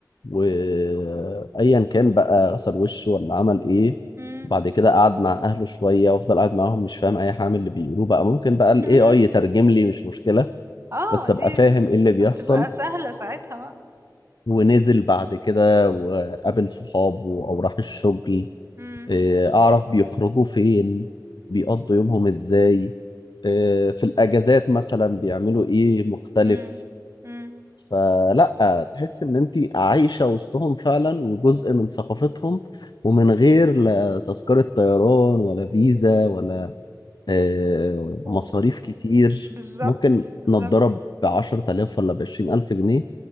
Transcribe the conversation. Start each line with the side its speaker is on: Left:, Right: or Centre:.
Left: وأيا كان بقى غسل وشه ولا عمل إيه
Right: مم.
Left: بعد كده قعد مع أهله شوية وأفضل قاعد معاهم مش فاهم أي حاجة من اللي بيقولوه بقى ممكن بقى
Right: <laughs>
Left: ال AI يترجم لي مش مشكلة
Right: اه
Left: بس
Right: دي
Left: أبقى فاهم إيه اللي بيحصل
Right: هتبقى سهلة ساعتها بقى
Left: ونزل بعد كده وقابل صحابه أو راح الشغل
Right: مم.
Left: إيه، أعرف بيخرجوا فين بيقضوا يومهم إزاي آه، في الأجازات مثلا بيعملوا إيه مختلف
Right: مم. مم.
Left: فلا تحس إن أنت عايشة وسطهم فعلا وجزء من ثقافتهم ومن غير لا تذكرة طيران ولا فيزا ولا آه،
Right: و-
Left: مصاريف كتير
Right: بالظبط
Left: ممكن
Right: بالظبط
Left: نضرب بعشرة آلاف ولا بعشرين ألف جنيه